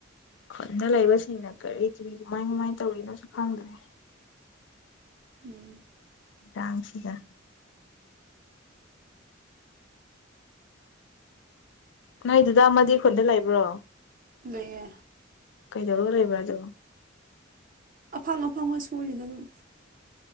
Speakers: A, on the left (about 65°); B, on the right (about 45°).
A: ꯈꯨꯟꯗ ꯂꯩꯕꯁꯤꯡꯅ ꯀꯔꯤ ꯀꯔꯤ ꯀꯃꯥꯏ ꯀꯃꯥꯏ ꯇꯧꯔꯤꯅꯣꯁꯨ ꯈꯪꯗ꯭ꯔꯦ
B: <inaudible>
A: ꯗꯥꯥꯡꯁꯤꯗ ꯅꯣꯏꯗꯗ ꯑꯃꯗꯤ ꯈꯨꯟꯗ ꯂꯩꯕ꯭ꯔꯣ
B: ꯂꯩꯌꯦ
A: ꯀꯩꯗꯧꯔ ꯂꯩꯕ ꯑꯗꯨ
B: ꯑꯐꯪ ꯑꯐꯪꯕ ꯁꯨꯔꯤꯗ ꯗꯨꯝ